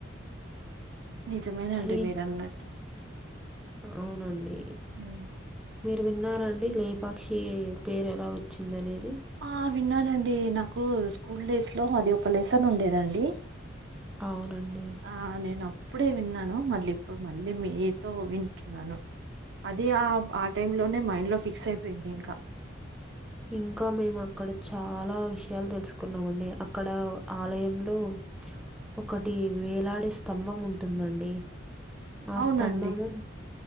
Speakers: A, on the right (about 60°); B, in the centre.
A: నిజమేనండి
B: మీ
A: మీరు అన్నట్టు.
B: అవునండి.
A: ఉ
B: మీరు విన్నారా అండి లేపాక్షి పేరు ఎలా వచ్చిందనేది.
A: ఆ విన్నానండి నాకు స్కూల్ డేస్ లో అది ఒక లెసన్ ఉండేదండి.
B: అవునండి.
A: ఆ నేను అప్పుడే విన్నాను మళ్ళీ ఇప్పుడు మళ్ళీ మీతో వింటున్నాను. అదే ఆ ఆ టైం లోనే మైండ్ లో ఫిక్స్ అయిపోయింది ఇంకా.
B: ఇంకా మేము అక్కడ చాలా విషయాలు తెలుసుకున్నామండి అక్కడ ఆలయంలో లో ఒకటి వేలాడే స్తంభం ఉంటుందండి. ఆ
A: అవునండి
B: స్తంభము